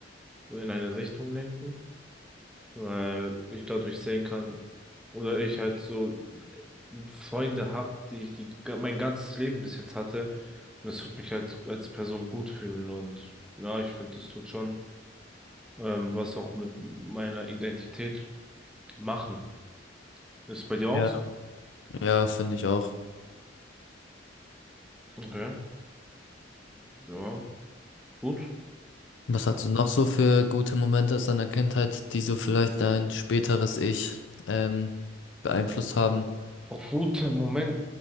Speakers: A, in the centre; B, on the left.
A: so in eine Richtung lenken, weil ich dadurch sehen kann, oder ich halt so äh, Freunde hab, die ich die, mein ganzes Leben bis jetzt hatte. Und das tut mich halt als Person gut fühlen und ja, ich finde, das tut schon, ähm, was auch mit meiner Identität machen. Ist bei dir auch
B: Ja.
A: so?
B: ja, finde ich auch.
A: Okay. Ja, gut.
B: Was hast du noch so für gute Momente aus deiner Kindheit, die so vielleicht dein späteres Ich ähm, beeinflusst haben?
A: Boah, gut, äh, Moment.